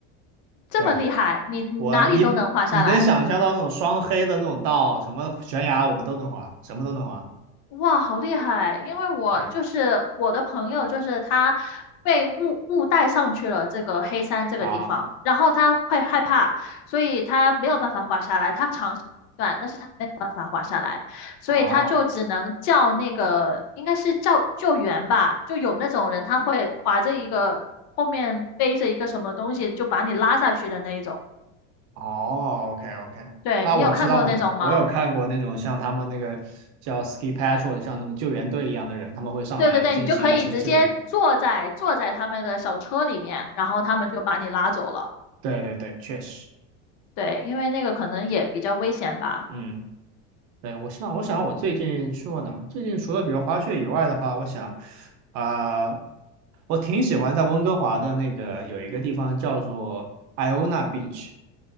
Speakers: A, on the left; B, on the right.
A: 这么厉害，
B: 对。
A: 你哪里都能滑下来？
B: 我你你能想象到那种双黑的那种道，什么悬崖我们都能滑，什么都能滑。
A: 哇，好厉害！因为我就是我的朋友，
B: 对
A: 就是他被误误带上去了这个黑山这个地方，
B: 啊，
A: 然后他会害怕，所以他没有办法滑下来。他长试断但是他没有办法滑下来，所以他就只能叫那个应该是叫救援吧，
B: 哦
A: 就有那种人他会划着一个后面背着一个什么东西就把你拉下去的那一种。
B: 哦，OK OK，
A: 对，
B: 那我知道呢，
A: 你有看过那种吗？
B: 我有看过那种像他们那个叫 ski patrol，像那种救援队一样的人，他们会上来进行一些救援。
A: 对对对，你就可以直接坐在坐在他们的小车里面，然后他们就把你拉走了。
B: 对对对，确实，
A: 对，因为那个可能也比较危险吧。
B: 嗯。对，我想，我想我最近去过哪儿？最近除了比如滑雪以外的话，我想，啊、我挺喜欢在温哥华的那个有一个地方叫做 Iona Beach，